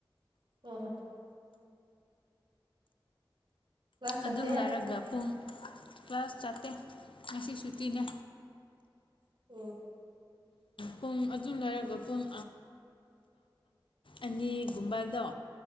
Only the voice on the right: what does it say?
ꯑꯣ ꯀ꯭ꯂꯥꯁ
ꯆꯠꯇꯦ
ꯑꯣ